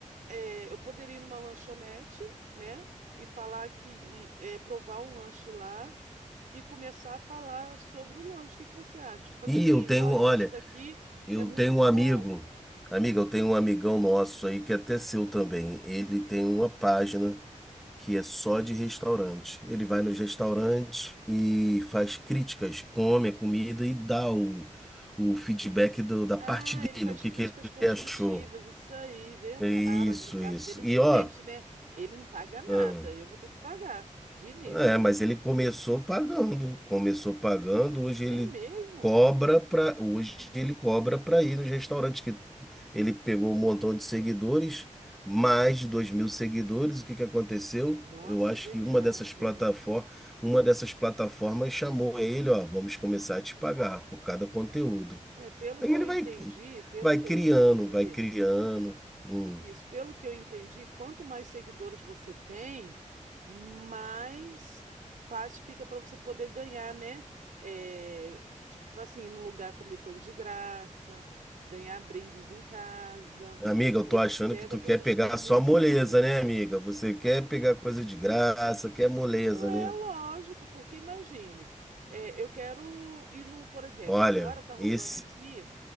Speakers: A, on the right; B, in the centre.
A: É, eu poderia ir numa lanchonete, né? E falar que, e, é, provar um lanche lá e começar a falar sobre o lanche. O que que você acha? Tipo, fazer
B: E
A: vídeo.
B: eu tenho,
A: Olha,
B: olha.
A: o lanche daqui
B: Eu
A: é muito
B: tenho
A: bom.
B: um amigo, amiga, eu tenho um amigão nosso aí que é até seu também. Ele tem uma página que é só de restaurante. Ele vai nos restaurantes e faz críticas, come a comida e dá o, o feedback do- da
A: Ah,
B: parte dele,
A: ele faz
B: o que
A: críticas
B: que ele
A: construtivas,
B: achou.
A: isso aí, verdade.
B: É Isso,
A: Ah, mas no caso
B: isso.
A: dele é diferente,
B: E ó,
A: né? Ele não paga nada,
B: ah,
A: eu vou ter que pagar de início,
B: É,
A: né?
B: mas ele começou pagando, começou pagando, hoje
A: É
B: ele
A: mesmo?
B: cobra para, hoje ele cobra para ir nos restaurantes que ele pegou um montão de seguidores, mais de dois mil seguidores. O que que aconteceu?
A: Nossa,
B: Eu acho
A: verdade,
B: que uma dessas plataformas,
A: é.
B: uma dessas plataformas chamou ele, ó, vamos começar a te pagar por cada conteúdo.
A: É, pelo
B: Aí
A: que
B: ele
A: eu entendi,
B: vai,
A: pelo
B: vai
A: que
B: criando,
A: eu entendi,
B: vai criando. um
A: isso, pelo que eu entendi, quanto mais seguidores você tem, mais fácil fica para você poder ganhar, né? É, tipo assim, ir no lugar comer coisa de graça, ganhar brindes em casa.
B: Amiga, eu
A: Eles
B: tô achando
A: pegam
B: que tu
A: pessoas
B: quer pegar
A: que têm muitos
B: só moleza,
A: seguidores.
B: né, amiga? Você quer pegar coisa de graça, quer moleza,
A: É
B: né?
A: lógico, porque imagine, é, eu quero ir no, por exemplo,
B: Olha,
A: agora tá rolando
B: esse.
A: aqui